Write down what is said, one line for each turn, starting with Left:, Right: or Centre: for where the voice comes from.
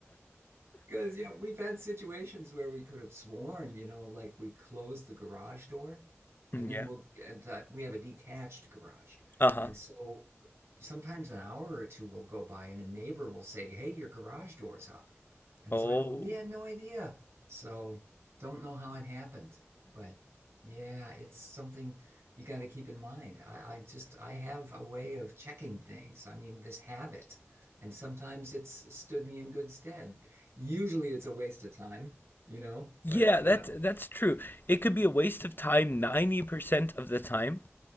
Right: Because, yeah, we've had situations where we could have sworn, you know, like we close the garage door and
Left: yeah.
Right: then we'll and that we have a detached garage.
Left: Uh-huh.
Right: And so sometimes an hour or two will go by and a neighbor will say, Hey, your garage door's up. And
Left: Oh.
Right: it's like, Oh, we had no idea. So don't know how it happened. But yeah, it's something you got to keep in mind. I, I just, I have a way of checking things. I mean, this habit. And sometimes it's stood me in good stead. Usually it's a waste of time, you know,
Left: Yeah,
Right: but
Left: that's
Right: uh,
Left: that's true. It could be a waste of time 90% of the time,